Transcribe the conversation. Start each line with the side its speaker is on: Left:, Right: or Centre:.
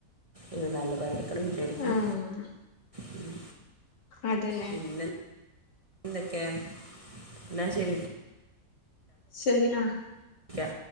Right: ഒരു നല്ല പേരെ എടു വിചാരിക്കുണു
Left: ആഹ്
Right: മ്
Left: അതന്നെ
Right: പിന്നെ എന്തൊക്കെ എന്നാ ശരി
Left: ശരി അഹ്
Right: ക്കാ